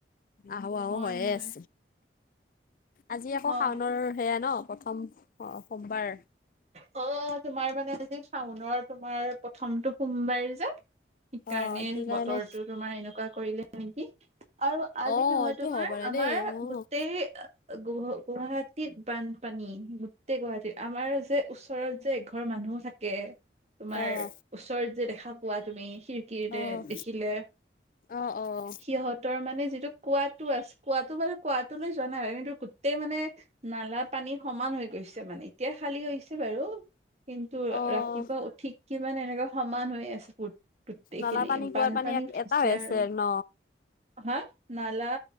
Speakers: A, on the left; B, on the right.
A: আহো-আহো
B: হয়
A: হৈয়ে
B: হয়
A: আছে। আজি আকৌ
B: হয়
A: শাওনৰ সেয়া ন প্ৰথম সোমবাৰ।
B: অ, তোমাৰ মানে আজি শাওনৰ তোমাৰ প্ৰথমটো সোমবাৰে যে সেইকাৰণে
A: অ' এইটো কাৰণে
B: বতৰটো তোমাৰ এনেকুৱা কৰিলে নেকি? আৰু আজি
A: অ'
B: নহয়
A: এইটো
B: তোমাৰ
A: হ'ব পাৰে
B: আমাৰ
A: দেই অ'।
B: গোটেই গুৱাহাটীত বানপানী গোটেই গুৱাহাটীত আমাৰ যে ওচৰত যে এঘৰ মানুহ থাকে তোমাৰ
A: অ'
B: ওচৰত যে দেখা পোৱা তুমি সি কি
A: অ'
B: দেখিলে
A: অ' অ'
B: সিহঁত ৰ মানে যিটো কোৱাাতটো আছে কোৱাতটো মানে কোৱাাতটো লৈ যোৱা নাই আৰু কিন্তু গোটেই মানে নালা পানী সমান হৈ গৈছে মানে এতিয়া খালী হৈছে। বাৰু কিন্তু
A: অ'
B: ৰাতিপুৱা উঠি কিমান এনেকা সমান হৈ আছে গোটেইখিনি
A: নলা পানী কুঁৱাৰ
B: বানপানী
A: পানী
B: উঠিছে
A: এটা হৈ
B: আৰু
A: আছে ন
B: হা নালা